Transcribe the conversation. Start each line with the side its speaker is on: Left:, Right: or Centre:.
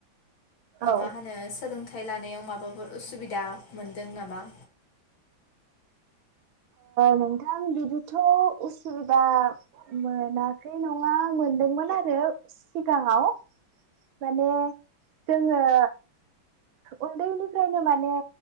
Right: औ
Left: मा होनो सोलों सोलोंथाइ लानायाव माबाफोर उसुबिदा मोनदों नामा
Right: नोंथां बिदिथ' उसुबिदा मोनाखै नङा मोनदोंमोन आरो सिगाङाव माने जोङो उन्दैनिफ्रायनो माने